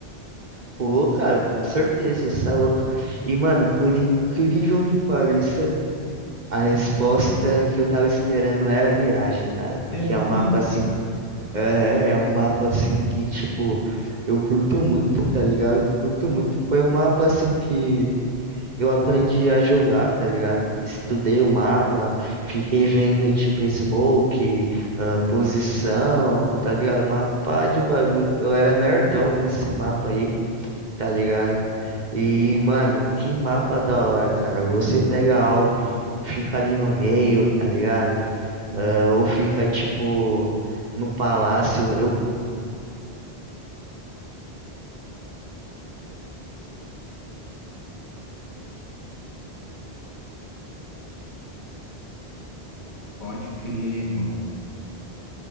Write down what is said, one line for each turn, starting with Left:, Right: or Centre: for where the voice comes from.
Right: Pô, cara, com certeza, você é louco. E, mano, por incrível que pareça, a resposta que eu tava esperando era Mirage, cara.
Left: É
Right: Porque
Left: mesmo?
Right: é um mapa assim. aham, é um mapa assim que, tipo, eu curto muito, tá ligado? Curto muito. Foi um mapa assim que Eu aprendi a jogar, tá ligado? Estudei o mapa, fiquei vendo tipo smoke, ah, posição, tá ligado? Uma pá de bagulho. Eu era nerdão desse mapa aí, tá ligado? E, mano, que mapa da hora, cara. Você pega a Alp, fica ali no meio, tá ligado?
Left: Uhum.
Right: Ah, ou fica tipo no palácio. Eu
Left: Pode crer, irmão.